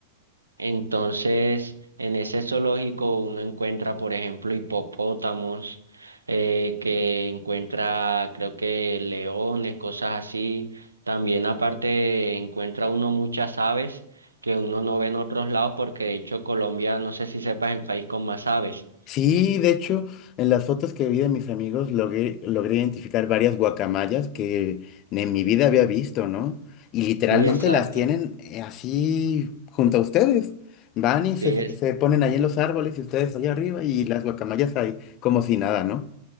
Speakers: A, on the right; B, on the left.
A: Entonces, en ese zoológico uno encuentra, por ejemplo, hipopótamos, eh, que encuentra, creo que leones, cosas así. También aparte encuentra uno muchas aves que uno no ve en otros lados porque de hecho Colombia, no sé si sepas, es el país con más aves.
B: Sí, de hecho, en las fotos que vi de mis amigos logré, logré identificar varias guacamayas que ni en mi vida había visto, ¿no? Y literalmente
A: Sí, exacto.
B: las tienen eh, así junto a ustedes. Van y se,
A: Sí,
B: se ponen ahí en los árboles y ustedes allá arriba y las guacamayas ahí como si nada, ¿no?